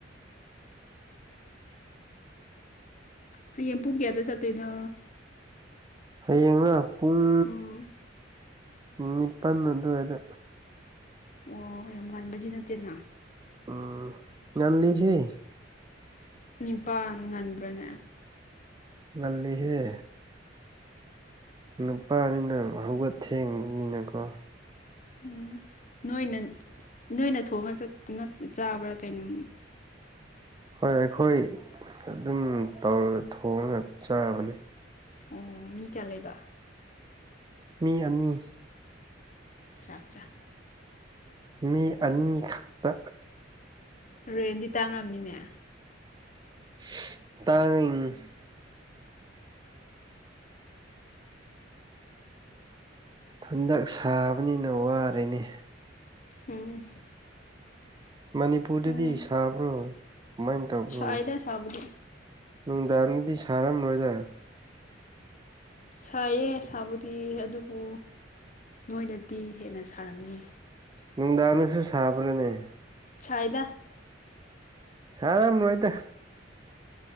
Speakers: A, on the left (about 40°); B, on the right (about 20°).
A: ꯍꯌꯦꯡ ꯄꯨꯡ ꯀꯌꯥꯗ ꯆꯠꯇꯣꯏꯅꯣ
B: ꯍꯌꯦꯡꯔꯣ ꯄꯨꯡ
A: ꯎꯝ
B: ꯅꯤꯄꯥꯟ ꯑꯗꯨꯋꯥꯏꯗ
A: ꯑꯣ ꯌꯥꯝ ꯉꯟꯕꯗꯤ ꯅꯠꯇꯦꯅꯥ
B: ꯎꯝ ꯉꯜꯂꯤꯍꯦ
A: ꯅꯤꯄꯥꯟ ꯉꯟꯕ꯭ꯔꯅꯦ
B: ꯉꯜꯂꯤꯍꯦ ꯅꯨꯄꯥꯅꯤꯅ ꯍꯧꯒꯠ ꯊꯦꯡꯕꯅꯤꯅꯀꯣ
A: ꯎꯝ ꯅꯣꯏꯅ ꯅꯣꯏꯅ ꯊꯣꯡꯉ ꯆꯠ ꯅꯠ ꯆꯥꯕ꯭ꯔꯥ ꯀꯩꯅꯣ
B: ꯍꯣꯏ ꯑꯩꯈꯣꯏ ꯑꯗꯨꯝ ꯇꯧꯔꯒ ꯊꯣꯡꯉꯒ ꯆꯥꯕꯅꯦ
A: ꯑꯣ ꯃꯤ ꯀꯌꯥ ꯂꯩꯕ
B: ꯃꯤ ꯑꯅꯤ
A: ꯆꯥꯆꯥ
B: ꯃꯤ ꯑꯅꯤꯈꯛꯇ
A: ꯔꯦꯟꯗꯤ ꯇꯥꯡꯔꯝꯅꯤꯅꯦ
B: ꯇꯥꯡꯉ <unintelligible> ꯍꯟꯗꯛ ꯁꯥꯕꯅꯤꯅ ꯋꯥꯔꯦꯅꯦ
A: ꯎꯝ
B: ꯃꯅꯤꯄꯨꯔꯗꯗꯤ
A: ꯎꯝ
B: ꯁꯥꯕ꯭ꯔꯣ ꯀꯃꯥꯏꯅ ꯇꯧꯕ꯭ꯔꯣ
A: ꯁꯥꯏꯗ ꯁꯕꯨꯗꯤ
B: ꯅꯨꯡꯗꯥꯡꯗꯗꯤ ꯁꯥꯔꯝꯂꯣꯏꯗ
A: ꯁꯥꯏꯌꯦ ꯁꯥꯕꯨꯗꯤ ꯑꯗꯨꯕꯨ ꯅꯣꯏꯗꯤ ꯍꯦꯟꯅ ꯁꯥꯔꯝꯅꯤ
B: ꯅꯨꯡꯗꯥꯡꯗꯁꯨ ꯁꯥꯕ꯭ꯔꯅꯦ
A: ꯁꯥꯏꯗ
B: ꯁꯔꯝ ꯔꯣꯏꯗ